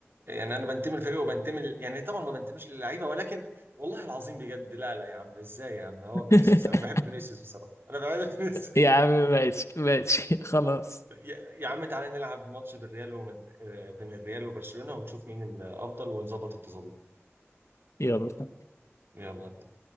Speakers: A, on the right (about 50°); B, on the left (about 75°).
A: يعني انا بنتمي للفريق وبنتمي ل- يعني طبعا ما بنتميش للعيبه ولكن والله العظيم بجد لا لا يا عم ازاي يا عم هو
B: <laughs>
A: فينيسيوس انا بحب فينيسيوس بصراحه انا بحب <laughs> فينيسيوس
B: يا عم ماشي ماشي خلاص
A: يا يا عم تعالى نلعب ماتش بالريال ومد... آه، بين الريال وبرشلونه ونشوف مين الافضل ونظبط التظابيط
B: يلا
A: يلا